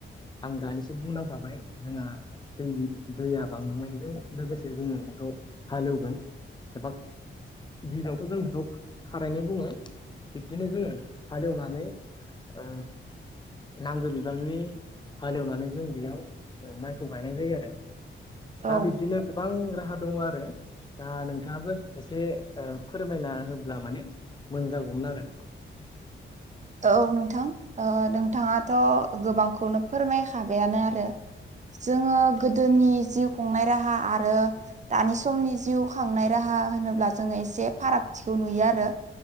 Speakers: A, on the left; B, on the right.
A: आं दानिसो बुंलांखाबाय जोंहा दै दैया बांलांनायजों लोगोसे जोङो बेखौ हालेवगोन एबा गिबियावथ' जों बेखौ खारायनाय बुङो बिब्दिनो जोङो हालेवनानै ओ नांगौ बिबांनि हालेवनानै जों बेयाव माइखौ गायनाय जायो आरो। दा
B: औ
A: बिदिनो गोबां राहा दङ आरो दा नोंथाङाबो एसे ओ फोरमायना होब्ला माने मोजां जागौमोन आरो
B: औ नोंथां ओ नोंथाङाथ' गोबांखौनो फोरमायखाबायानो आरो जोङो गोदोनि जिउ खुंनाय राहा आरो दानि समनि जिउ खांनाय राहा होनोब्ला जोङो एसे फारागथिखौ नुयो आरो